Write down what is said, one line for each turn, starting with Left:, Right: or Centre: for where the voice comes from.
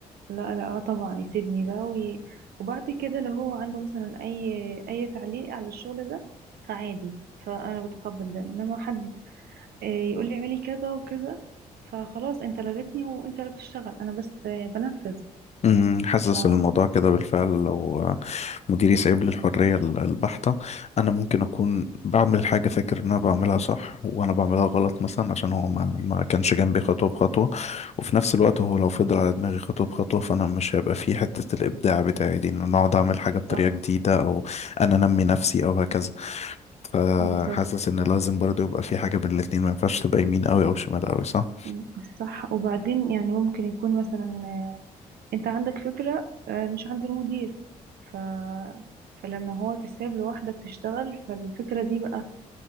Right: لا لا اه طبعا يسيبني ده وي... وبعد كده لو هو عنده مثلا اي اي تعليق على الشغل ده فعادي فانا بتقبل ده انما حد آه، يقول لي اعملي كذا وكذا فخلاص انت لغتني وانت اللي بتشتغل انا بس آه، بنفذ
Left: أمم، حاسس
Right: ف
Left: إن الموضوع كده بالفعل لو مديري سايب لي الحرية ال- البحتة أنا ممكن أكون بعمل حاجة فاكر إن أنا بعملها صح وأنا بعملها غلط مثلا عشان هو ما, ما كانش جنبي خطوة بخطوة وفي نفس الوقت
Right: م،
Left: هو لو فضل على دماغي خطوة بخطوة فأنا مش هيبقى فيه حتة الإبداع بتاعي دي إن أنا أقعد أعمل حاجة بطريقة
Right: صح
Left: جديدة أو أنا أنمي نفسي أو هكذا فحاسس
Right: بالظبط
Left: إن لازم برضه يبقى في حاجة بين الاتنين ما ينفعش تبقى يمين أوي أو شمال أوي صح؟
Right: م، صح وبعدين يعني ممكن يكون مثلا آه، انت عندك فكرة آه، مش عند المدير ف فلما هو تساب لوحدك تشتغل فالفكرة دي بقى